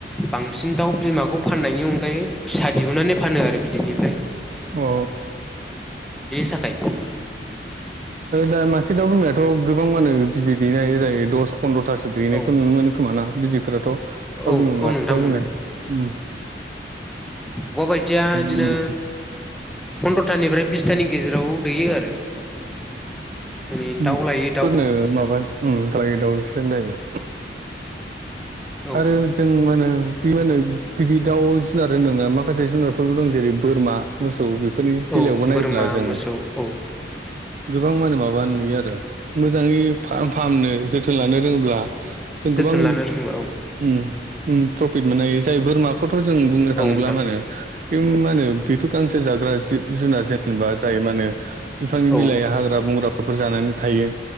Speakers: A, in the centre; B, on the right.
A: बांसिन दाउ बिमाखौ फाननायनि अनगायै फिसा दिहुननानै फानो आरो बिदिनिफ्राय
B: औ
A: थाखाय
B: दा मासे दाउ बिमायाथ' गोबां मानि बिदै दैनो हायो जायो दस पन्द्र'थासो दैनायखौ
A: औ
B: नुनो मोनो खोमाना बिदैफ्राथ' दाउ
A: औ
B: बिमा
A: औ
B: मासे
A: नोंथां
B: दाउ
A: मोनो
B: बिमाया उम
A: मुबा बायदिया
B: उम
A: बिदिनो
B: उम
A: फन्द्र थानिफ्राय बिसथानि गेजेराव दैयो आरो माने
B: उम
A: दाउ लायै दाउ
B: फोरनो माबा दाउसो होनलायबाय
A: औ
B: आरो जों मा होनो बे मा होनो बिदि दाउ जुनार होन्दोंना माखासे जुनारफोरबो दं जेरै बोरमा मोसौ बि फोरनि बेलायावबो
A: औ
B: नायोब्ला
A: बोरमा
B: जों
A: मोसौ औ
B: गोबां माने माबा नुयो आरो मोजाङै फाहामनो जोथोन लानो रोङोब्ला जों
A: जोथोन
B: गोबां
A: लानो रोंबा औ
B: उम उम प्रफिट मोननो हायो। जाय बोरमाखौथ' जों बुंनो थाङोब्ला
A: औ नोंथां
B: मा होनो बे मा होनो बेथ' गांसो जाग्रा जिब जुनार जेन बा जाय मा होनो बिफांनि
A: औ
B: बिलाइ हाग्रा बंग्राफोर जानानै थायो।